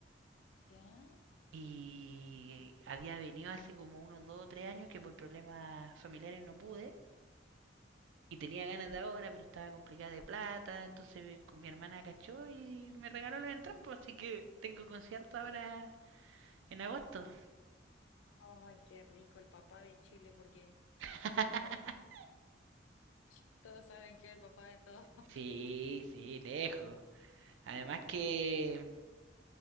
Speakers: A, on the left; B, on the right.
A: ¿Ya?
B: Y había venido hace como unos dos o tres años que por problemas familiares no pude. Y tenía ganas de ahora, pero estaba complicada de plata. Entonces con mi hermana cachó y me regaló las entradas. pues, así que tengo concierto ahora en agosto.
A: ¡Ay, qué rico el papá de Chile! Porque
B: <laughs>
A: no, <laughs> todos saben que es el papá de todos aquí.
B: Sí, sí, lejos. Además
A: <laughs>
B: que